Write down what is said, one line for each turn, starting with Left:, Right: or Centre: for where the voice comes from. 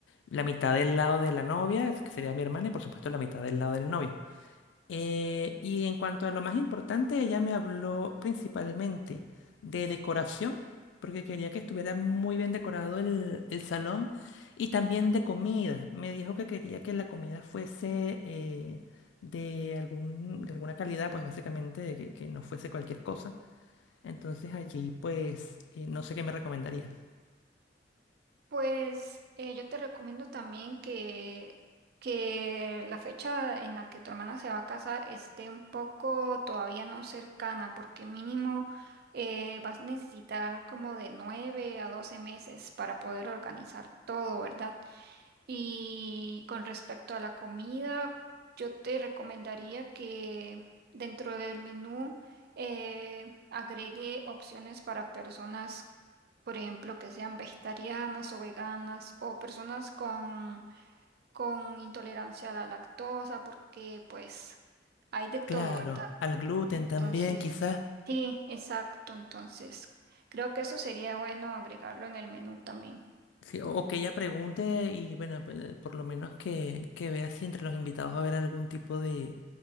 Left: la mitad del lado de la novia, es que sería mi hermana, y por supuesto la mitad del lado del novio. Eh, y en cuanto a lo más importante, ella me habló principalmente de decoración, porque quería que estuviera muy bien decorado el, el salón, y también de comida. Me dijo que quería que la comida fuese eh, de algún, de alguna calidad, pues básicamente de que que no fuese cualquier cosa entonces allí pues eh, no sé qué me recomendarías.
Right: Pues eh, yo te recomiendo también que, que la fecha en la que tu hermana se va a casar esté un poco todavía no cercana, porque mínimo eh, vas a necesitar como de 9 a 12 meses para poder organizar todo, ¿verdad? Y con respecto a la comida, yo te recomendaría que dentro del menú eh, agregue opciones para personas por ejemplo, que sean vegetarianas o veganas o personas con, con intolerancia a la lactosa, porque pues hay de todo,
Left: Claro,
Right: ¿verdad?
Left: al gluten
Right: Entonces,
Left: también quizás.
Right: sí, exacto, entonces creo que eso sería bueno agregarlo en el menú también.
Left: Sí, o o que ella pregunte y bueno, pe- por lo menos que, que vea si entre los invitados va a haber algún tipo de,